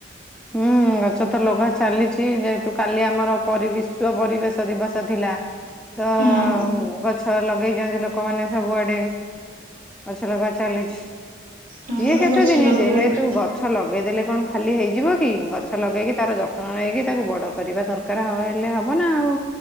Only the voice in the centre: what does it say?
ହୁଁ। ଗଛ ତ ଲଗା ଚାଲିଛି ଯେହେତୁ କାଲି ଆମର ପରୀ ବିଶ୍ୱ ପରିବେଶ ଦିବସ ଥିଲା। ତ
ଗ ଛ ଲଗେଇଛନ୍ତି ଲୋକମାନେ ସବୁଆଡେ ଗଛ ଲଗା ଚାଲିଛି।
ସିଏ
କେତେ
ଦିନ
ଯେହେତୁ
ଗଛ ଲଗେଇଦେଲେ କଣ ଖାଲି ହେଇଯିବ। ଗଛ ଲଗେଇକି ତାର ଯତ୍ନ ନେଇକି ତାକୁ ବଡ କରିବା ଦରକାର ହଉ ହେଲେ ହବନା ଆଉ।